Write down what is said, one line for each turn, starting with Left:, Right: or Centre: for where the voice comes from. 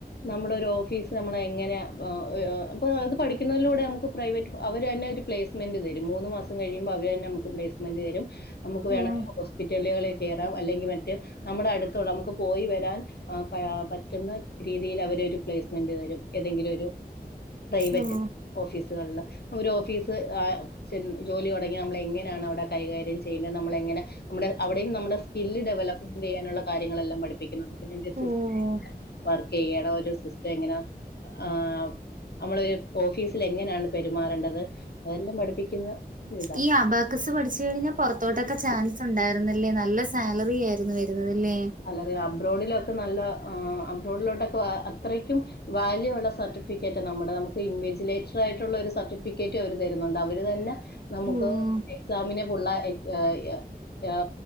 Left: നമ്മുടെ ഒരു ഓഫീസ് നമ്മളങ്ങനെ ആഹ് ഹ് ഇപ്പൊ അത് പഠിക്കുന്നതിലൂടെ നമുക്ക് പ്രൈവറ്റ് അവര്ന്ന ഒരു പ്ലസ്‌മെന്റ് തരും മൂന്നു മാസം കഴിയുമ്പോ അവര്ന്നെ നമുക്ക് പ്ലസ്‌മെന്റ് തരും. നമുക്ക് വേണമെങ്കിൽ
Right: ഓഹ്
Left: ഹോസ്പിറ്റലുകളിൽ കേറാം അല്ലെങ്കിൽ മറ്റ നമ്മുടെ അടുത്തുള്ള നമുക്ക് പോയി വരാൻ ആ ക്കാ പറ്റുന്ന രീതിയിൽ അവരൊരു പ്ലേസ്മെന്റ് തരും. ഏതെങ്കിലും ഒരു പ്രൈവറ്റ്
Right: ഓഹ്
Left: ഓഫീസുകളില് ഒരു ഓഫീസ് ആഹ് ചെ ജോലി തൊടങ്ങിയാ നമ്മൾ എങ്ങനെയാണ് അവിടെ കൈകാര്യം ചെയ്യേണ്ടത് നമ്മളങ്ങനെ മ്മട് അവിടെയും നമ്മുടെ സ്‌കില്ല് ഡെവലപ് ചെയ്യാനുള്ള കാര്യങ്ങളെല്ലാം പഠിപ്പിക്കുന്നുണ്ട് പിന്നെ ജസ്സ്
Right: ഓഹ്
Left: വറ് ചെയ്യണരു സിസ്റ്റങ്ങനാ ആഹ് നമ്മള് ഓഫീസിൽ എങ്ങനെയാണ് പെരുമാറേണ്ടത് അതെല്ലാം പഠിപ്പിക്കുന്ന ഇതാ
Right: ഈ ആബാക്കസ് പഠിച്ചു കഴിഞ്ഞാ പുറത്തോട്ടൊക്കെ ചാൻസ് ഒണ്ടാ രുന്നല്ലേ നല്ല സാലറി ആയിരുന്നു വരുന്നതല്ലേ
Left: വളരെ അബ്രോഡിലൊക്കെ നല്ല ആഹ് അബ്രോഡിലോട്ടൊക്കെ അത്രക്കും വാല്യുള്ള സർട്ടിഫിക്കറ്റാ നമ്മുടെ നമുക്ക് ഇൻവെജിലേറ്റർ ആയിട്ടുള്ള ഒരു സർട്ടി ടിക്കറ്റ് അവരു തരുന്നുണ്ട് അവര് തന്നെ നമുക്ക്
Right: ഓഹ്
Left: എക്സാമിന് ഫുള്ളാ യാ യ് യാ